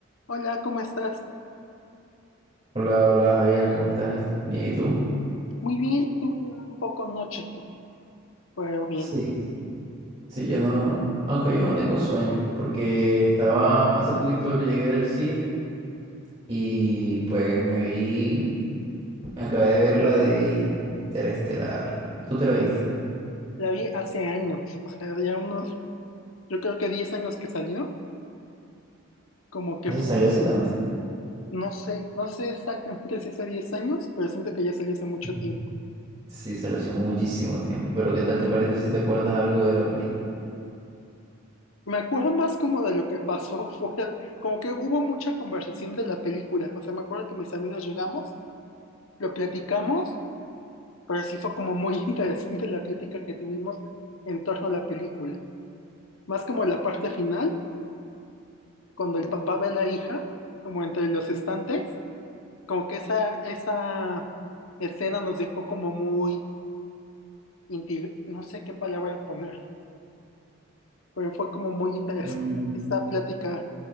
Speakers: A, on the left; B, on the right.
A: Hola, ¿cómo estás?
B: Hola, hola Javier, ¿cómo estás? Bien, ¿y tú?
A: Muy bien, tú ya un poco noche, pero bien.
B: Sí. Sí, yo no, aunque yo no tengo sueños, porque estaba, hace poquito llegué del cine y pues me vi, me acabé de ver la de Interestelar. ¿Tú te la viste?
A: La vi hace años, o sea, ya unos, yo creo que 10 años que salió, como que
B: Hace,
A: fue,
B: salió hace tanto.
A: no sé, no sé exactamente si hace 10 años, pero siento que ya salió hace
B: <laughs>
A: mucho
B: Ujú.
A: tiempo.
B: Sí, salió hace muchísimo tiempo, pero ¿qué tal te pareció si te acuerdas algo de la película?
A: Me acuerdo más como de lo que pasó <laughs> fuera, como que hubo mucha conversación de la película, o sea, me acuerdo que mis amigos llegamos, lo platicamos, pero sí fue como muy <laughs> interesante la plática que tuvimos en torno a la película, más como la parte final. cuando el papá ve a la hija, como entre los estantes, como que esa, esa escena nos dejó como muy, inti- no sé qué palabra ponerle, pero fue como muy interesante
B: Mm,
A: esta plática